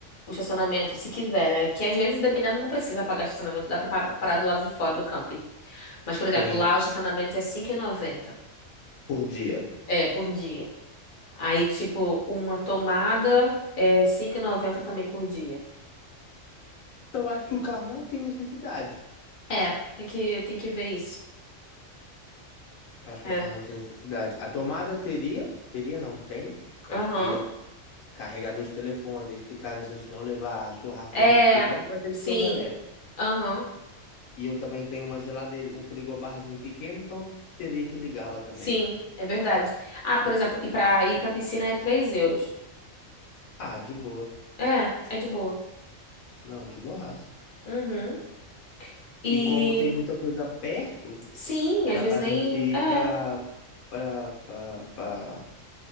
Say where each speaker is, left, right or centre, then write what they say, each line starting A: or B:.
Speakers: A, on the left; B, on the left.
A: o estacionamento, se quiser, né? Que às vezes, dependendo, não precisa pagar estacionamento, dá pra parar, parar do lado de fora do camping. Mas, por
B: Sim,
A: exemplo, lá o estacionamento é 5,90
B: por dia.
A: é, por dia. Aí, tipo, uma tomada é cinco e noventa também por dia.
B: Então, Eu acho que o carro não tem necessidade.
A: É, tem que, tem que ver isso.
B: Eu acho que
A: É.
B: o carro não tem necessidade. A tomada teria? Teria, não tem, porque
A: Aham.
B: carregador de telefone, e se caso a gente não levar a churrasqueira
A: É,
B: de fogão, vai ter
A: sim.
B: que ser uma elétrica.
A: Aham.
B: E eu também tenho uma geladeira, um frigobarzinho pequeno, então teria que ligar lá também.
A: Sim, é verdade. Ah, por exemplo, e pra ir pra piscina é 3 euros.
B: Ah, de boa.
A: É, é de boa.
B: Não, de boaça.
A: Uhum. E
B: E como tem muita coisa perto,
A: sim, às
B: Dá
A: vezes
B: pra
A: nem.
B: gente ir
A: É,
B: pra, pra, pra, pra